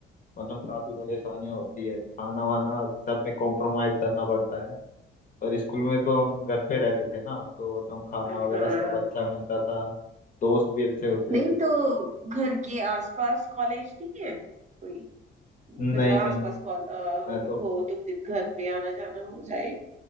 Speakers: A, on the left (about 45°); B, on the right (about 35°).
A: मतलब काफी परेशानियां होती है खाना वाना सब में कॉम्प्रोमाइज करना पड़ता है और स्कूल में तो हम घर पे रहते थे ना तो मतलब खाना
B: हाँ
A: वगैरह सब अच्छा मिलता था दोस्त भी अच्छे होते
B: नहीं
A: थे
B: तो घर के आसपास कॉलेज नहीं है कोई मतलब
A: नहीं
B: आसपास
A: नहीं
B: कॉल अ,
A: मैं तो
B: हो तो फिर घर पे आना जाना हो जाए